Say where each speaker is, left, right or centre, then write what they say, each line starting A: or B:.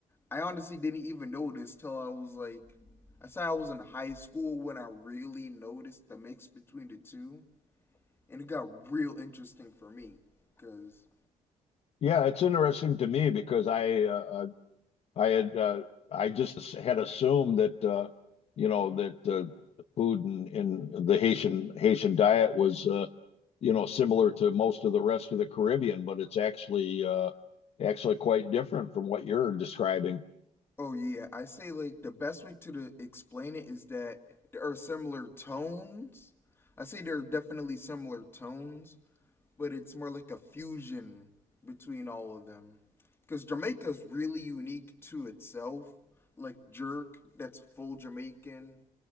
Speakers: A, on the left; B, on the left.
A: I honestly didn't even notice till I was like I say I was in high school when I really noticed the mix between the two, and it got real interesting for me because
B: Yeah, it's interesting to me because I uh, uh, I had uh, I just had assumed that uh, you know that uh, the food in, in the Haitian Haitian diet was uh, you know, similar to most of the rest of the Caribbean, but it's actually uh, actually quite different from what you're describing.
A: Oh yeah, I say like the best way to the, explain it is that there are similar tones. I say there are definitely similar tones, but it's more like a fusion between all of them. Because Jamaica's really unique to itself. Like jerk, that's full Jamaican.